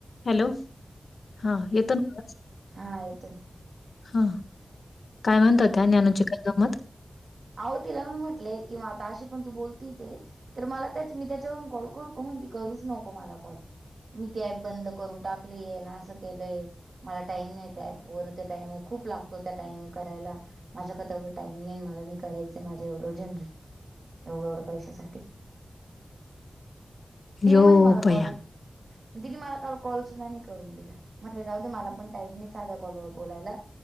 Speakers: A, on the left; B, on the right.
A: Hello हा येतो ना म
B: हा येतोय
A: हा काय म्हणतो त्या ज्ञानूची का गमत
B: आहो तिला मी म्हटलेय की म आता अशी पण तू बोलती तेे तर मला त्या मी त्याच्यावरून कॉल करू म्हणती करूच नको मला कॉल मी ती ॲप बंद करून टाकलीय ना असं केलंय मला टाइम नाही त्या पर ते टाइम खूप लागतो त्या टाइम करायला. माझ्याकडे एवढं टाईम नाही मला नाही करायचं माझं एवढं जनरेट एवढं एवढं पैशासाठी तिने
A: यो
B: म्हणजे मला
A: बया!
B: कॉल दिने मला काल कॉल सुद्धा नाही करून दिला. म्हटलं जाऊ मला पण टाईम साध्या कॉल बोलायला